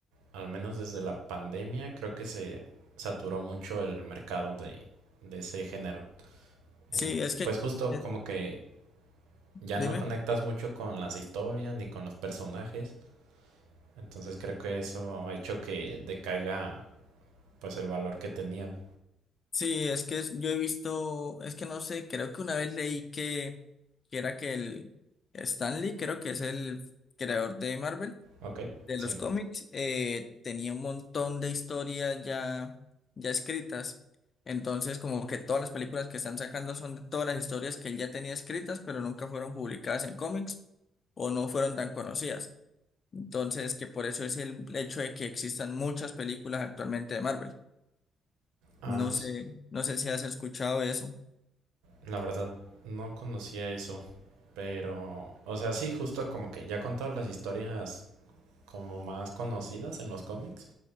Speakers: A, on the right (about 85°); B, on the left (about 50°).
A: al menos desde la pandemia creo que se saturó mucho el mercado de, de ese género.
B: Sí,
A: Eh,
B: es que...
A: pues justo
B: eh,
A: como que ya
B: Dime.
A: no conectas mucho con las historias ni con los personajes, entonces creo que eso ha hecho que decaiga pues el valor que tenían.
B: Sí, es que es- yo he visto, es que no sé, creo que una vez leí que, que era que el Stanley, creo que es el creador de Marvel
A: Ok,
B: de
A: sí.
B: los cómics eh, tenía un montón de historias ya, ya escritas. Entonces, como que todas las películas que están sacando son de todas las historias que él ya tenía escritas, pero nunca fueron publicadas en cómics o no fueron tan conocidas. Entonces, que por eso es el hecho de que existan muchas películas actualmente de Marvel.
A: Ah,
B: No sé, no sé si has escuchado eso.
A: La verdad, no conocía eso, pero, o sea, sí, justo como que ya con todas las historias como más conocidas en los cómics